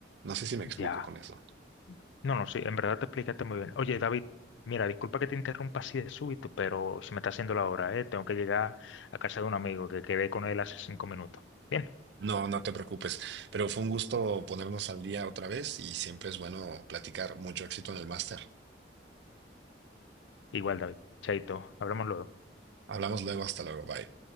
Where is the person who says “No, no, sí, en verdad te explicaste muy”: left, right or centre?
Left